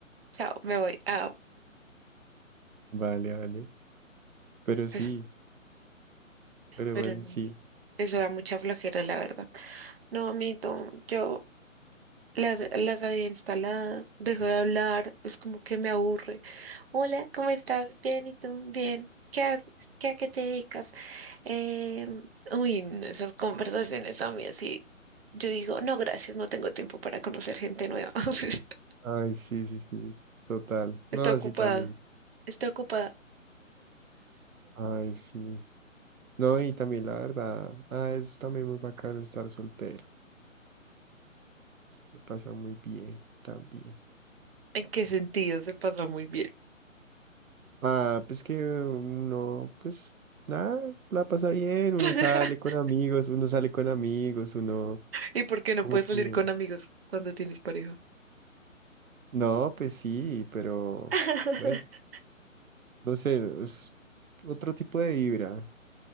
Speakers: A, on the right; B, on the right.
A: chao, me voy. Ah,
B: Vale, vale. Pero sí,
A: pero,
B: pero
A: pero
B: bueno,
A: no,
B: sí.
A: eso da mucha flojera, la verdad. No, amito, yo Las, las había instalado, dejó de hablar, es como que me aburre. Hola, ¿cómo estás? Bien, ¿y tú? Bien. ¿Qué haces? ¿Qué a qué te dedicas? Eh, uy, no, esas conversaciones a mí así. Yo digo, no, gracias, no tengo tiempo para conocer gente nueva. <laughs>
B: Ay, sí, sí, sí. Total.
A: Estoy
B: No,
A: ocupada,
B: sí, también.
A: estoy ocupada.
B: Ay, sí. No, y también la verdad. Ah, es también muy bacano estar soltero. Se pasa muy bien también.
A: ¿En qué sentido? Se pasa muy bien.
B: Ah, pues que uno, pues nada, la pasa bien. Uno
A: <laughs>
B: sale con amigos, uno sale con amigos, uno
A: ¿Y por qué no
B: como
A: puedes
B: que.
A: salir con amigos cuando tienes pareja?
B: No, pues sí, pero
A: <laughs>
B: bueno, no sé, es otro tipo de vibra.